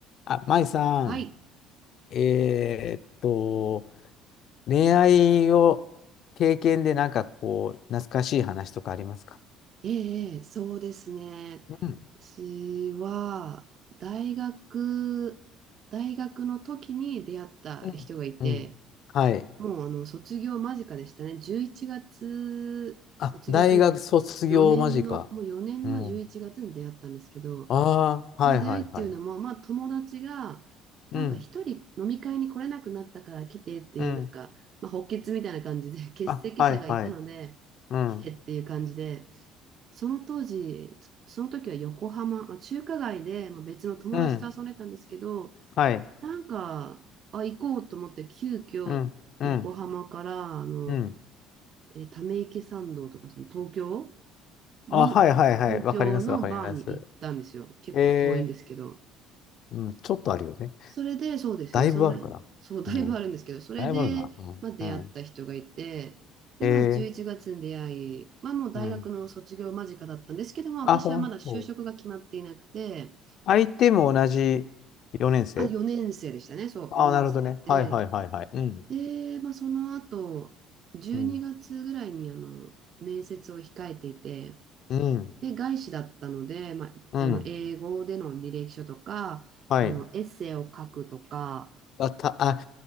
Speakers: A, on the left (about 60°); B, on the right (about 50°).
A: あ、舞さん、
B: はい。
A: えーっと、恋愛を経験でなんかこう、懐かしい話とかありますか
B: ええ、ええそうですね。
A: うん、
B: 私は、大学、大学の時に出会った人がいて、
A: うん、うん。はい。
B: もうあの卒業間近でしたね。11月、
A: あ、
B: 卒業する
A: 大学卒業間近。
B: 4年の、もう4年の11月に出会ったんですけど、
A: うん。ああ、
B: その出会いっていうのも、
A: はいはいはい。
B: まあ友達が、
A: うん、
B: なんか一人飲み会に来れなくなったから来てっていう、
A: うん。
B: なんか、まあ、補欠みたいな感じで、欠席者がいたので、
A: あ、はいはい。うん、
B: 来てっていう感じで、その当時、その時は横浜、まあ、中華街でまあ別の友達と遊んでたんですけど、
A: うん、はい。
B: なんか、あ、行こうと思って、急遽横浜から、
A: うん、うん、
B: あの、
A: うん。
B: えーため池参道とか、その東京に、
A: あ、はいはいはい。
B: 東京のバーに行ったんですよ。
A: わかりますわかります。
B: 結構遠いんですけど。
A: えー、うん、ちょっとあるよね。
B: それで、そうですね、
A: だいぶあるから。
B: それ、<laughs> そう、だいぶあるんですけど、
A: うん、
B: それで、
A: だいぶあるな。うん、
B: まあ、出会った人がいて、
A: うん。
B: で、
A: ええ
B: まあ、11月に出会い、まあ、もう大学の卒業間近だったんですけど、
A: うん。
B: まあ、
A: あ、
B: 私はまだ就職が決まっていなくて、
A: 本当。相手も同じ4年生
B: あ、4年生でしたね、そう、
A: あ、
B: 4年生で、
A: なるほどね。はいはいはいはい。うん。
B: で、まあ、その後、12月ぐらいに、
A: うん。
B: あの、面接を控えていて、
A: うん。
B: で、外資だったので、まあ、
A: うん。
B: あの、英語での履歴書とか、
A: はい。
B: あの、エッセイを書くとか、
A: あ、た、あ、